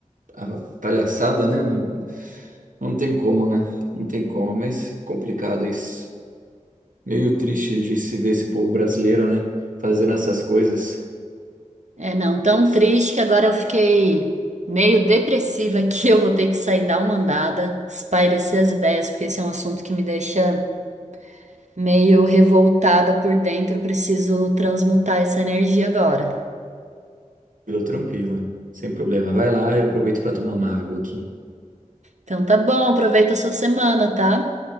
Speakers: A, on the right (about 80°); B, on the right (about 60°).
A: à palhaçada, né? Não, não tem como, né? Não tem como, mas complicado isso. Meio triste de se ver esse povo brasileiro, né? Fazendo essas coisas.
B: É, não, tão
A: Mas,
B: triste que agora eu fiquei meio depressiva aqui, <laughs> eu vou ter que sair dar uma andada, espairecer as ideias, porque esse é um assunto que me deixa meio revoltada por dentro, eu preciso transmutar essa energia agora.
A: tranquilo, tranquilo. Sem problema. Vai lá, eu aproveito para tomar uma água aqui.
B: Então tá bom, aproveita a sua semana, tá?